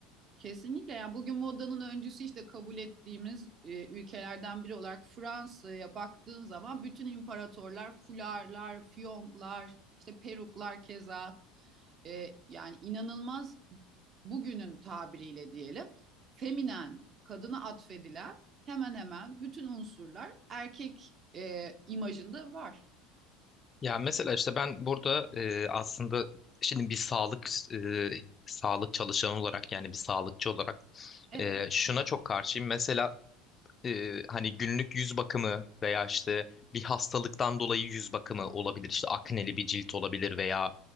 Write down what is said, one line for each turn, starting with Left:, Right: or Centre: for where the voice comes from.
Right: Kesinlikle yani bugün modanın öncüsü işte kabul ettiğimiz e, ülkelerden biri olarak Fransa'ya baktığın zaman bütün imparatorlar fularlar, fiyonklar, işte peruklar keza e, yani inanılmaz bugünün tabiriyle diyelim feminen kadına atfedilen hemen hemen bütün unsurlar erkek e, imajında var.
Left: Ya mesela işte ben burada e, aslında şimdi bir sağlık e, sağlık çalışanı olarak yani bir sağlıkçı olarak
Right: Evet,
Left: e, şuna çok karşıyım. Mesela e, hani günlük yüz bakımı veya işte bir hastalıktan dolayı yüz bakımı olabilir. İşte akneli bir cilt olabilir veya